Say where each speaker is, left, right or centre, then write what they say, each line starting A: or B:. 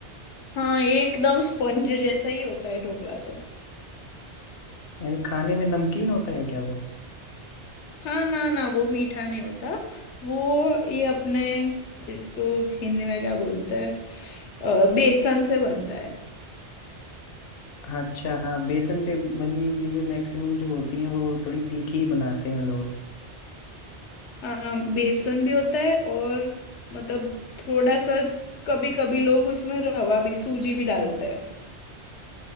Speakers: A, on the left; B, on the left.
A: हाँ एकदम स्पंज जैसा ही होता है ढोकला तो
B: अरे, खाने में नमकीन होता है क्या वो
A: हाँ ना ना वो मीठा नहीं होता वो ये अपने इसको हिंदी में क्या बोलते हैं अ, बेसन से बनता है
B: हाँ, अच्छा हाँ बेसन से बनी हुई चीजें मैक्सिमम जो होती हैं वो थोड़ी तीखी ही बनाते हैं लोग
A: हाँ बेसन भी होता है और मतलब थोड़ा सा कभी कभी लोग उसमें रवा भी सूजी भी डालते हैं